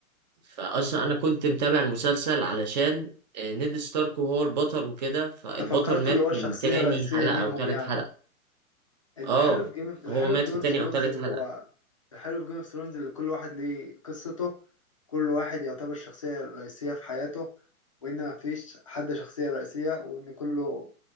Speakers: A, on the right (about 30°); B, on the left (about 25°).
A: فاصلا انا كنت متابع المسلسل علشان آه نيد ستارك وهو البطل وكده فالبطل
B: انت فكرت
A: مات
B: اللي هو الشخصيه
A: من تاني
B: الرئيسيه
A: حلقة
B: منهم
A: او تالت
B: يعني
A: حلقة
B: الحلو
A: اه
B: في جيم الحلو
A: هو مات
B: في جيم
A: في
B: اوف
A: تاني
B: ثرونز
A: او تالت
B: اللي
A: حلقة
B: هو الحلو في جيم اوف ثرونز اللي كل واحد ليه قصته كل واحد يعتبر شخصيه رئيسيه في حياته وان ما فيش حد شخصيه رئيسيه وان كله